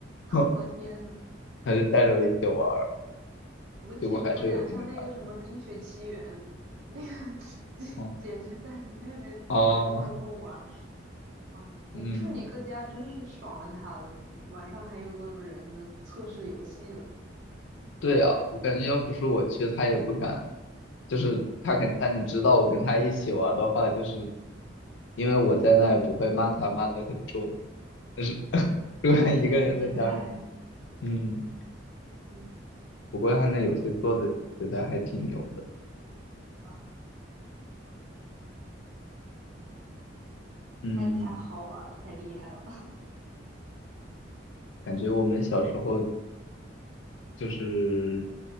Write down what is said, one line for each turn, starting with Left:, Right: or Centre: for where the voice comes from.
Left: <laughs>
Right: 我天呐，
Left: 还是带着我一起玩儿。
Right: 我天，
Left: 结果还是有一天被发现。
Right: 你们俩像那个什么《冰雪奇缘》，那个 <laughs>
Left: 哦
Right: 姐姐姐带着妹妹晚上偷偷玩儿，
Left: 哦，
Right: 哇！你住你哥家真是爽了他了，
Left: 嗯，
Right: 你晚上还有个人能测试游戏了，
Left: 对啊，我感觉要不是我去，他也不敢。就是他肯，他能知道我跟他一起玩的话，就是因为我在那也不会骂他骂得很重。但是 <laughs> 如果他一个人在家里面，
Right: 免死金牌，
Left: 嗯，
Right: 嗯，
Left: 不过他那游戏做的觉得还挺牛的。
Right: 哇，嗯
Left: 嗯，
Right: 太太好玩儿了，太厉害了，
Left: 感觉我们小时候就是